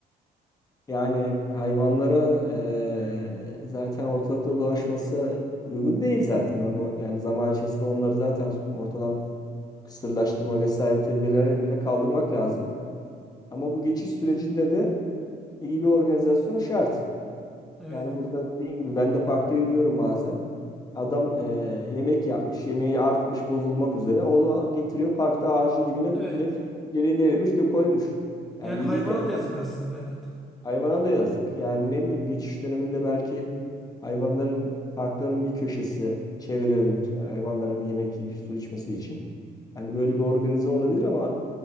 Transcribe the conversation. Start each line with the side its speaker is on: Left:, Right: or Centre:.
Left: Yani hayvanlara eee, zaten ortalıkta dolaşması uygun değil zaten. Onu, yani zaman içerisinde onları zaten ortadan kısırlaştırma vesaire tedbirlerle kaldırmak lazım. Ama bu geçiş sürecinde de iyi bir organizasyon şart.
Centre: Evet,
Left: Yani burada dediğin gibi ben de parkta yürüyorum bazen. Adam eee, yemek yapmış, yemeği artmış, bozulmak üzere. Onu getiriyor parkta ağacın dibine
Centre: evet.
Left: direkt geriye devirmiş de koymuş. Yani
Centre: Yani
Left: yürürken
Centre: hayvana da yazık aslında, evet.
Left: Hayvana da yazık. Yani ne bileyim geçiş döneminde belki hayvanların parkların bir köşesi çevrelenir. Hayvanların yemek yiyip su içmesi için. Hani böyle bir organize olabilir ama